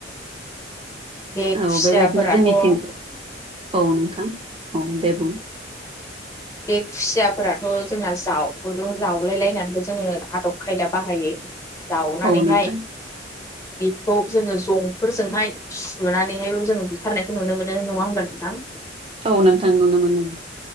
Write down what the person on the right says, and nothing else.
औ बेबायदिनो जोंनिथिं
औ नोंथां औ दे बुं
औ नोंथां
औ नोंथां नोनो मोनो